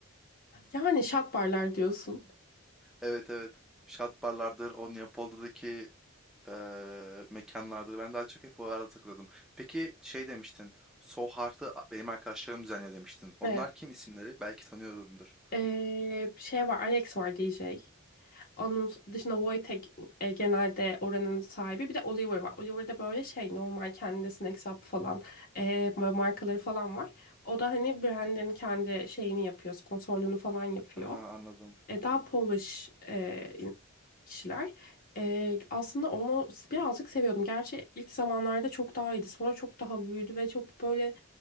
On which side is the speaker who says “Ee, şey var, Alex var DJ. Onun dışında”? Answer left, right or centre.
Left